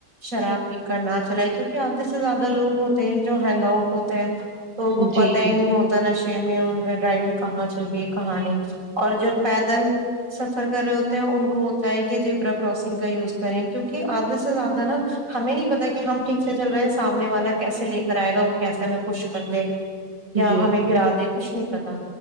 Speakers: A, on the right; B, on the right.
A: شراب پی کر نہ چلائے کیونکہ آدھے سے زیادہ لوگ ہوتے ہیں جو ہینگ آؤٹ ہوتے ہیں تو ان کو پتہ
B: جی
A: ہی
B: جی
A: نی ہوتا نشے میں ان کا ڈرائیونگ کہاں چل رہی ہے کہاں نہیں اور جو پیدل سفر کر رہے ہوتے ہیں ان کو ہوتا ہے کہ جبرا کراسنگ کا یوز کریں کیونکہ آدھے سے زیادہ نا ہمیں نہیں پتا کہ ہم ٹھیک سے چل رہے ہیں سامنے والا کیسے لے کر آئے گا وہ کیسا میں کچھ کر دے یا
B: جی
A: ہمیں گرا دے کچھ نہیں پتا